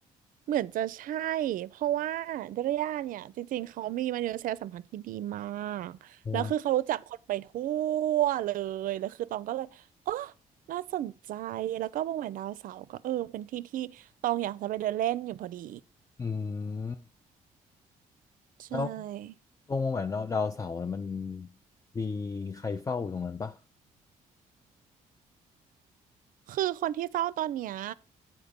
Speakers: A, on the right (about 65°); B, on the left (about 20°).
A: เหมือนจะใช่เพราะว่าดรย่าเนี่ยจริงๆ เขามีมนุษยสัมพันธ์ที่ดีมากแล้วคือเขารู้จักคนไปทั่
B: โอ้
A: วเลยแล้วคือตองก็เลยอ๋อน่าสนใจแล้วก็วงแหวนดาวเสาร์ก็เออเป็นที่ที่ตองอยากจะไปเดินเล่นอยู่พอดี
B: อืม
A: ใช่
B: แล้วตรงเหมือนเราดาวเสาร์น่ะมันมีใครเฝ้าอยู่ตรงนั้นปะ
A: คือคนที่เฝ้าตอนเนี้ย